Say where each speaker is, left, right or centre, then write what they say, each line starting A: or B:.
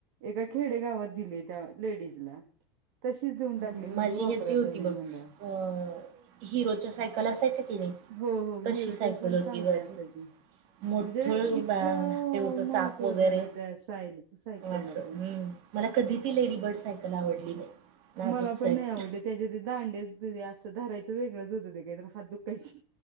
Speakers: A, on the right; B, on the right.
A: एका खेडे गावात दिले त्या लेडीजला तशीच देऊन
B: हम्म,
A: टाकली म्हणजे
B: माझी
A: वपरतच
B: ह्याची होती
A: नाही
B: बघ
A: म्हटल्याव
B: अ हिरोच्या सायकल असायच्या कि नाही
A: हो हो हिरोच्या
B: तशी सायकल
A: पण
B: होती
A: चांगल्या
B: माझी.
A: असायच्या
B: मोठळ
A: म्हणजे इतकं
B: होत चाक
A: महत्त्व
B: वगैरे
A: होतं ना त्या साय सायकलला
B: असं
A: पण
B: हम्म मला कधी ती लेडीबर्ड सायकल आवडली नाही नाजूक
A: मला
B: सायकल
A: पण नाही आवडली त्याच्या ते दांडेच असं धरायचं वेगळंच होतं ते काही तर हात दुखायचे.